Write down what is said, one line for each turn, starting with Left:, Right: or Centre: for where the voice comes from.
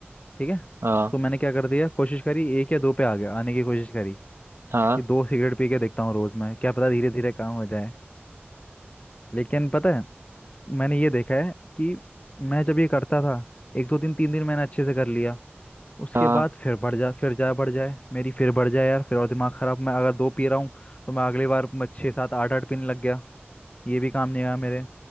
Left: ठीक है
Right: हाँ
Left: तो मैंने क्या कर दिया कोशिश करी एक या दो पे आ गया आने की कोशिश करी
Right: हाँ
Left: कि दो सिगरेट पी के देखता हूँ रोज़ में क्या पता धीरे धीरे काम हो जाए लेकिन पता है मैंने ये देखा है कि मैं जब ये करता था एक दो दिन तीन दिन मैंने अच्छे से कर लिया उसके
Right: हाँ
Left: बाद फिर बढ़ जा फिर जा बढ़ जाए मेरी फिर बढ़ जाए यार फिर और दिमाग खराब मैं अगर दो पी रहा हूँ तो मैं अगली बार मैं छः सात आठ आठ पीने लग गया ये भी काम नहीं आया मेरे